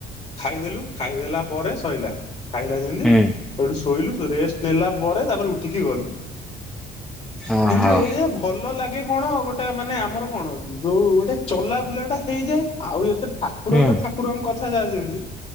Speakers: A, on the left; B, in the centre.
A: ଖାଇଦେଲୁ ଖାଇଦେଲା ପରେ ସଇଲା ଖାଇଲା ଯେମିତି
B: ହୁଁ
A: କୋଉଠି ଶୋଇଲୁ ରେଷ୍ଟ ନେଲା ପରେ ତାପରେ ଉଠିକି ଗଲୁ।
B: ଓହୋ
A: କିନ୍ତୁ ଏଇଆ ଭଲ ଲାଗେ କଣ ଗୋଟେ ମାନେ ଆମର କଣ ଯୋଉ ଗୋଟେ ଚଲା ବୁଲା ଟା ହେଇଯାଏ। ଆଉ ଏତେ ଠାକୁର
B: ହୁଁ
A: ତ ଠାକୁରଙ୍କ କଥା ଯାଏ ଯେମିତି।